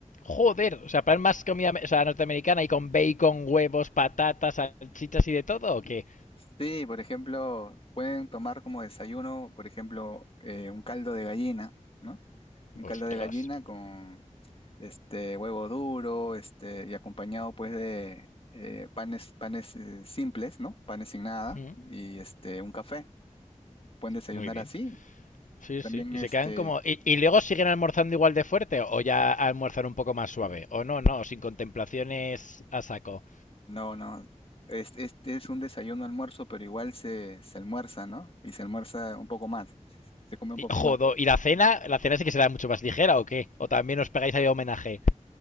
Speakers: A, on the left; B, on the left.
A: Joder, o sea, para más comida o sea, norteamericana y con bacon, huevos, patatas, salchichas y de todo, ¿o qué?
B: Sí, por ejemplo, pueden tomar como desayuno, por ejemplo, eh, un caldo de gallina, ¿no? Un caldo
A: Ostras.
B: de gallina con este huevo duro, este, y acompañado pues de eh, panes, panes eh, simples, ¿no? Panes sin nada,
A: Mm,
B: y este, un café. Pueden desayunar
A: Muy bien.
B: así.
A: Sí,
B: También
A: sí. Y
B: este,
A: se quedan como... ¿Y, y luego siguen almorzando igual de fuerte o ya almorzan un poco más suave? O no, no, sin contemplaciones a saco.
B: no, no. es- Este es un desayuno almuerzo, pero igual se, se almuerza, ¿no? Y se almuerza un poco más, se come un
A: Y,
B: poco
A: jodo,
B: más.
A: ¿y la cena? ¿La cena sí que será mucho más ligera o qué? ¿O también os pegáis ahí homenaje?